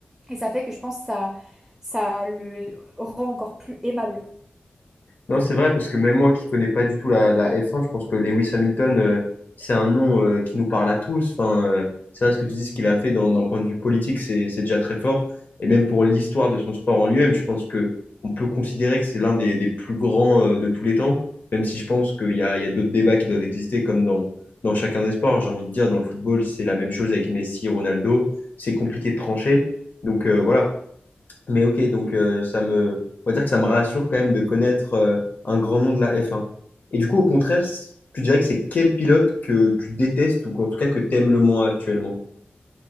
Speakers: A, in the centre; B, on the left.
A: et ça fait que je pense que ça, ça le rend encore plus aimable.
B: Non, c'est vrai, parce que même moi qui connais pas du tout la, la F1, je pense que Lewis Hamilton, euh, c'est un nom euh, qui nous parle à tous. Enfin, euh, c'est vrai ce que tu dis, ce qu'il a fait d'un d'un point de vue politique, c'est c'est déjà très fort. Et même pour l'histoire de son sport en lui-même, je pense que on peut considérer que c'est l'un des, des plus grands euh, de tous les temps, même si je pense qu'il y a, il y a d'autres débats qui doivent exister, comme dans, dans chacun des sports. J'ai envie de dire, dans le football, c'est la même chose avec Messi, Ronaldo. C'est compliqué de trancher. Donc euh, voilà. Mais ok, donc euh, ça me, on va dire que ça me rassure quand même de connaître euh, un grand nom de la F1. Et du coup, au contraire, c- tu dirais que c'est quel pilote que tu détestes ou en tout cas que t'aimes le moins actuellement?